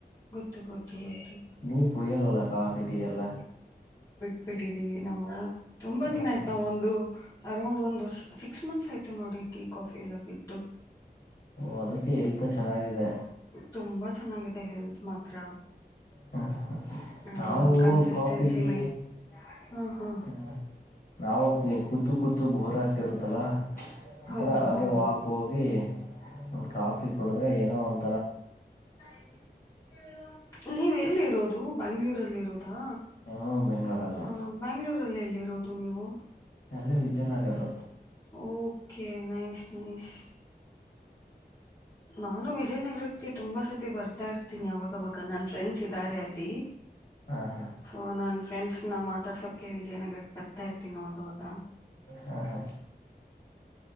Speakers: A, on the left; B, on the left.
A: ಗೊತ್ತು ಗೊತ್ತು ಗೊತ್ತು
B: ನೀ ಕೂಡಿಯಲ್ವಲ ಕಾಫಿ ಟೀ ಎಲ್ಲ
A: ಬಿಟ್ಟಿದ್ದೀವಿ ನಾವು ತುಂಬಾ
B: ಹಾ
A: ದಿನ ಆಯ್ತ
B: ಹಾ
A: ನಾವು ಒಂದು ಅರೌಂಡ್ ಒಂದ್ ವರ್ಷ ಸಿಕ್ಸ್ ಮಂತ್ಸ್ ಆಯ್ತು ನೋಡಿ ಟೀ ಕಾಫಿ ಎಲ್ಲ ಬಿಟ್ಟು
B: ಓ ಅದಕ್ಕೆ ಹೆಲ್ತ್ ಚೆನ್ನಾಗಿದೆ
A: ತುಂಬಾ ಚೆನ್ನಾಗಿದೆ ಹೆಲ್ತ್ ಮಾತ್ರ
B: <unintelligible>
A: ಹ
B: ನಾವು
A: ಒಂದ್ ಕನ್ಸಿಸ್ಟೆನ್ಸಿ
B: ಕಾಫಿ ಟೀ
A: ಮೇ ಹಾ ಹಾ
B: ಹ್ಮ್ ನಾವು ಕೂತು ಕೂತು ಬೋರ್ ಆಕ್ತೇವೆ <unintelligible> ಒಂಥರ
A: ಹೌದು
B: ಹಗೆ
A: ಹೌದು
B: ವಾಕ್ ಹೋಗಿ ಒಂದು ಕಾಫಿ ಕುಡಿದ್ರೆ ಏನೋ ಒಂದು
A: <unintelligible> ನೀವ ಎಲ್ಲಿ ಇರೋದು ಬೆಂಗ್ಳೂರಲ್ಲಿ ಇರೋದಾ
B: ಹ್ಞೂ ಬೆಂಗಳೂರಲ್ಲೇ
A: ಹ ಬೆಂಗಗಳೂರಲ್ಲಿ ಎಲ್ಲಿರೋದು ನೀವು
B: ಎಲ್ಲ ವಿಜಯನಗರ್
A: ಓಕೆ ನೈಸ್ ನೈಸ್ ನಾನು ವಿಜಯನಗರಕ್ಕೆ ತುಂಬಾ ಸತಿ ಬರ್ತಾ ಇರ್ತೀನಿ ಅವಾಗವಾಗ ನನ್ ಫ್ರೆಂಡ್ಸ್ ಇದ್ದಾರೆ ಅಲ್ಲಿ
B: ಹಾಂ ಹಾಂ
A: ಸೊ ನನ್ ಫ್ರೆಂಡ್ಸ್ ನಾವು ಮಾತಾಡ್ಸೋಕೆ ವಿಜಯನಗರಕ್ಕೆ ಬರ್ತಾ ಇರ್ತೀನಿವಾಗವಾಗ
B: ಹಾ ಹಾ